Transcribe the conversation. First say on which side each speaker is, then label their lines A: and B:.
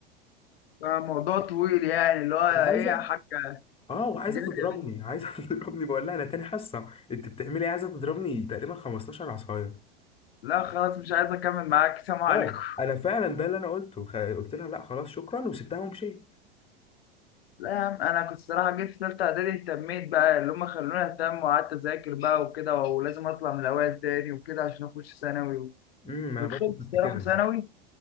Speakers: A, on the left; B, on the left.
A: موضوع طويل يعني اللي هو
B: وعايزه
A: ايه يا حاجة
B: اه وعايزه
A: انت جاي
B: تضربني
A: مني
B: عايزه <laughs> تضربني بقول لها انا تاني حصه انت بتعملي إيه؟ عايزه تضربني تقريبا 15 عصايه
A: لا خلاص مش عايز اكمل معاك سلام عليكم
B: اه انا فعلا ده اللي انا قلته خ- قلت لها لا خلاص شكرا وسبتها ومشيت
A: لا يا عم انا كنت صراحة جيت في تالتة اعدادي اهتميت بقى اللي هم خلوني اهتم وقعدت اذاكر بقى وكده ولازم اطلع من الاوائل تاني وكده عشان اخش ثانوي و...
B: امم
A: ودخلت
B: انا برضه كنت
A: الصراحة
B: كده
A: ثانوي